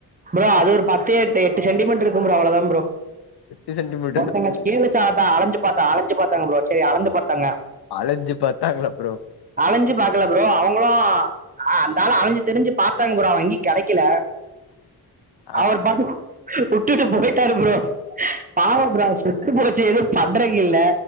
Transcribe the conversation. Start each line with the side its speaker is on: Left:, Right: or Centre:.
Right: ப்ரோ அது ஒரு பத்து எட்டு எட்டு சென்டிமீட்டருக்கு ப்ரோ அவுளதா ப்ரோ
Left: எட்டு சென்டி மீட்
Right: ஒருத்தங்க ஸ்கேல் வெச்சு அ அலைஞ்சு பாத்தா அலஞ்சு பாத்தாங்க ப்ரோ செரி அளந்து பாத்தாங்க
Left: அலைஞ்சு பாத்தாங்களா ப்ரோ
Right: அலஞ்சி பாக்கல ப்ரோ அவுங்களு அ அந்தாள அலைஞ்சி திரிஞ்சு பாத்தாங்க ப்ரோ அவுங்கி கெடைக்கல
Left: ஆ
Right: அவுர் பாட்டு வுட்டுட்டு போய்ட்டாரு ப்ரோ பாவம் ப்ரோ அவ செத்து போச் சி எதுவு பண்றங்ககில்ல